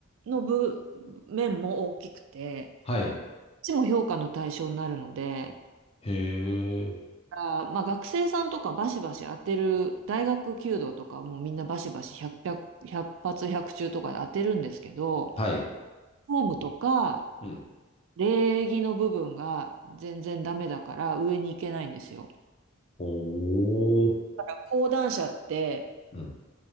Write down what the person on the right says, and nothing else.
の部面も大きくて、こっちも評価の対象になるので、
あー、まあ、学生さんとかバシバシ当てる、大学弓道とかはもうみんなバシバシ100、100発100中とかで当てるんですけど、
フォームとか、
礼儀の部分が全然ダメだから上に行けないんですよ。
だから講談社って、